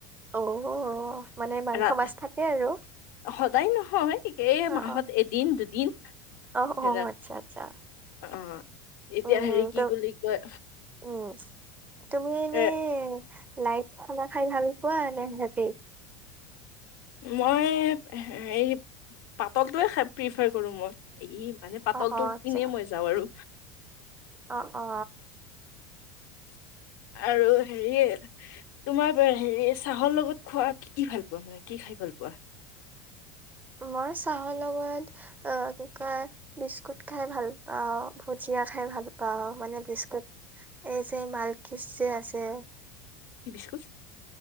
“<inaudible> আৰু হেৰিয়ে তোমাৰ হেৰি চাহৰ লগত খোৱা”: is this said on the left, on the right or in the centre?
Left